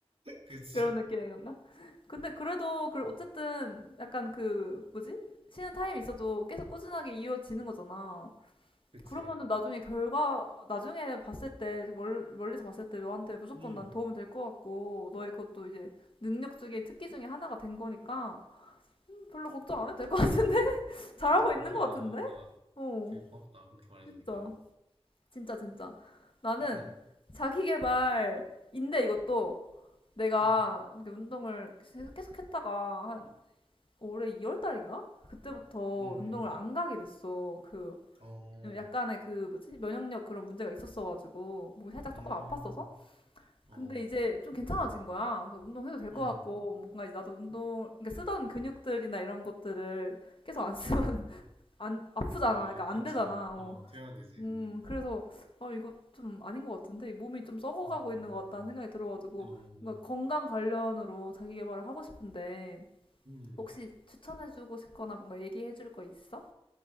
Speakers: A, on the right (about 65°); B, on the left (about 55°).
A: 그치
B: 그런 느낌인 건가? 근데 그래도,
A: <laughs>
B: 그, 어쨌든, 약간 그, 뭐지? 쉬는 타임이 있어도 계속 꾸준하게 이어지는 거잖아.
A: 그치
B: 그러면은 나중에 결과, 나중에 봤을 때, 멀, 멀리서 봤을 때 너한테 무조건
A: 음
B: 난 도움이 될 것 같고, 너의 그것도 이제 능력 중에 특기 중에 하나가 된 거니까, 별로 걱정 안 해도 될 것
A: 뭐,
B: 같은데? 잘하고
A: 그렇게
B: 있는 것
A: 말해주니까
B: 같은데? 어,
A: 되게 고맙다 그렇게 말해주니까
B: 진짜. 진짜, 진짜. 나는
A: <laughs>
B: 자기 개발인데 이것도 내가
A: 응,
B: 이렇게 운동을 계속, 계속 했다가 한 올해 2월 달인가? 그때부터
A: 응, 응.
B: 운동을 안 가게 됐어. 그,
A: 어,
B: 약간의 그 뭐지? 면역력 그런 문제가 있었어가지고 몸이 살짝
A: 음,
B: 조금 아팠어서 근데
A: 어,
B: 이제 좀 괜찮아진 거야. 그래서 운동해도 될 것
A: 음.
B: 같고 뭔가 이제 나도 운동 그러니까 쓰던 근육들이나 이런 것들을 계속 안 쓰면 <laughs> 안 아프잖아.
A: 아,
B: 그러니까 안
A: 그치.
B: 되잖아. 어.
A: 어, 돼야 되지.
B: 음,
A: 음.
B: 그래서, 아, 이거 좀 아닌 것 같은데, 이 몸이 좀 썩어가고
A: 음,
B: 있는 것 같다는 생각이 들어가지고,
A: 어,
B: 뭔가 건강 관련으로 자기 개발을 하고 싶은데,
A: 음,
B: 혹시 추천해주고 싶거나 뭔가 얘기해줄 거 있어?